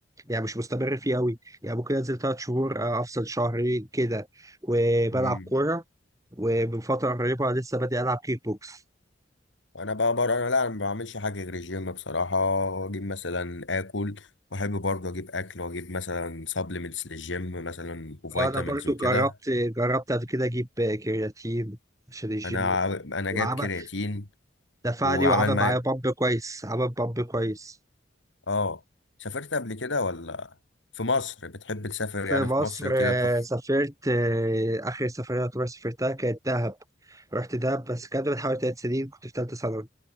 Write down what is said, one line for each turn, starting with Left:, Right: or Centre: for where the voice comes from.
Right: يعني مش مستمر فيه قوي يعني ممكن انزل ثلاث شهور آه، افصل شهرين كده وبلعب
Left: مم.
Right: كوره ومن فتره قريبه لسه بادئ العب كيك بوكس
Left: انا بقى بره انا لا انا ما بعملش حاجه غير الجيم بصراحه اجيب مثلا اكل واحب برضه اجيب اكل واجيب مثلا سبلمنتس للجيم مثلا وفيتامينز
Right: انا برضو
Left: وكده
Right: جربت جربت قبل كده اجيب كرياتين عشان الجيم
Left: انا
Right: وكده.
Left: انا
Right: وعمل
Left: جايب كرياتين
Right: دفعني
Left: وعمل
Right: وعمل
Left: معايا
Right: معايا بامب كويس عمل بامب كويس
Left: اه سافرت قبل كده ولا في مصر بتحب تسافر
Right: في
Left: يعني
Right: مصر
Left: في مصر كده
Right: آه،
Left: تروح
Right: سافرت آه، آخر سفرية يعتبر سافرتها كانت دهب رحت دهب بس كانت من حوالي تلات سنين كنت في تالتة ثانوي